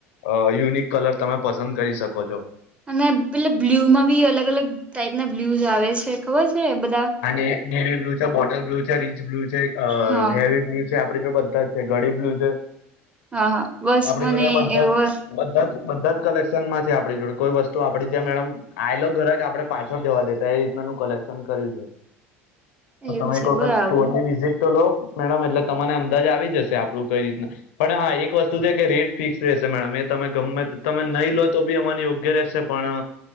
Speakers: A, on the left (about 75°); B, on the right (about 15°).
A: અ યુનિક કલર તમે પસંદ કરી શકો છો.
B: અને પેલે બ્લ્યુ માં બી અલગ અલગ ટાઈપ ના બ્લુઝ આવે છે ખબર છે બધા
A: અને નેવી બ્લુ છે બોટર બ્લુ છે રીચ બ્લુ છે અ
B: હા
A: હેવી બ્લુ છે આપડી જોડે બધા જ છે ગડીબ્લુ છે.
B: હા હા બસ
A: આપણી
B: મને
A: જોડે બધા
B: એવો
A: બધા જ બધા જ કલેક્શન માં છે આપણી જોડે કોઈ વસ્તુ આપડી જેમ આલ આયેલો ઘરે કે આપડે પાછળ જવા દેતા એ રીતનાનું કલેક્શન કર્યું છે. તો
B: એવું
A: તમે
B: છે
A: એક વખત
B: બરાબર
A: સ્ટોર ની વિઝિટ તો લો મેડમ એટલે તમારે અંદાજ આવી જશે આપણું કઈ રીતના પણ હા એક વસ્તુ છે કે રેટ ફિક્સ રહેશે મેડમ એ તમે ગમે તમે નહીં લો તો બી અમાને યોગ્ય રહેશે પણ